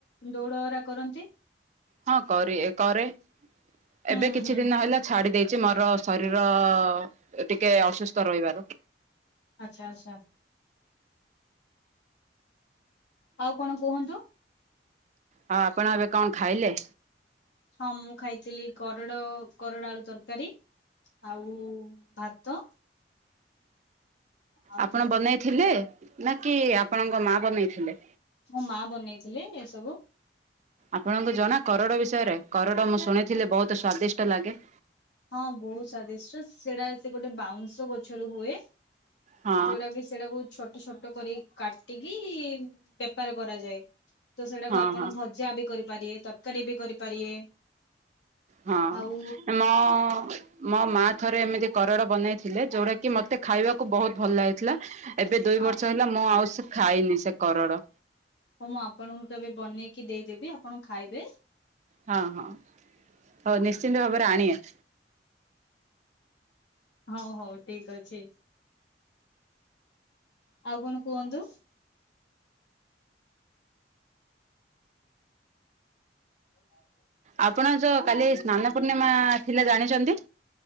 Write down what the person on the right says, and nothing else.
ହଁ କରେ କରେ
ଏବେ
କିଛି
ଦିନ ହେଲା ଛାଡି ଦେଇଛି ମର ଶରୀର ଟିକେ ଅସୁସ୍ଥ ରହିବାରୁ
ଆ ଆପଣ ଏବେ କଣ ଖାଇଲେ?
ଆପଣ
ବନେଇଥିଲେ ନା କି ଆପଣଙ୍କ ମା ବନେଇଥିଲେ?
ଆପଣଙ୍କୁ ଜଣା କରଡ଼ ବିଷୟରେ? କରଡ଼ ମୁଁ ଶୁଣିଥିଲି ବହୁତ ସ୍ଵାଦିଷ୍ଟ ଲାଗେ।
ହଁ
ହଁ
ହଁ
ହଁ
ମୋ ମୋ ମା ଥରେ ଏମିତି କରଡ଼ ବନେଇଥିଲେ ଯୋଉଟା କି ମତେ ଖାଇବାକୁ ବହୁତ ଭଲ ଲାଗିଥିଲା ଏବେ ଦୁଇ
ବର୍ଷ ହେଲା ମୁଁ ଆଉ ସେ ଖାଇନି ସେ କରଡ଼।
ହଁ ହଁ ହଉ ନିଶ୍ଚିନ୍ତ ଭାବରେ ଆଣିଏ।
ଆପଣ ଯଉ କାଲି ସ୍ନାନ ପୂର୍ଣ୍ଣିମା ଥିଲା ଜାଣିଚନ୍ତି?